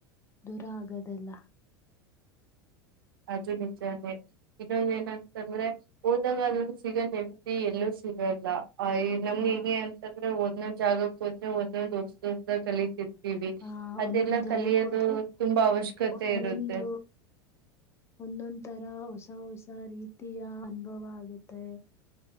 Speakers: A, on the left; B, on the right.
A: ದೂರ ಆಗದೆಲ್ಲ.
B: ಅದು ನಿಜಾನೆ. ಇನ್ನೊಂದ ಏನಂತಂದ್ರೆ ಹೋದಾಗ ಅದ ಸಿಗೋ ನೆಮ್ಮದಿ ಎಲ್ಲೂ ಸಿಗಲ್ಲ. ಆಯ ನಮ್ಗೆ
A: ಆ
B: ಹೆಂಗೆ ಅಂತಂದ್ರೆ ಒಂದೊಂದು ಜಾಗಕ್ ಹೋದ್ರೆ ಒಂದೊಂದು <unintelligible> ಕಲಿತಿವಿ. ಹ್ಮ್ಮ್
A: ಆ
B: ಅದೆಲ್ಲ
A: ಒಂದೊಂದ್ ಜಾಗಕ್ಕೆ
B: ಕಲಿಯೋದು
A: ಹೋದ್ರೆ
B: ತುಂಬಾ ಅವಶ್ಯಕತೆ
A: ಒಂದೊಂದು
B: ಇರುತ್ತೆ.
A: ಒಂದೊಂದ್ ತರ ಹೊಸ ಹೊಸ ರೀತಿಯ ಅನುಭವ ಆಗುತ್ತೆ.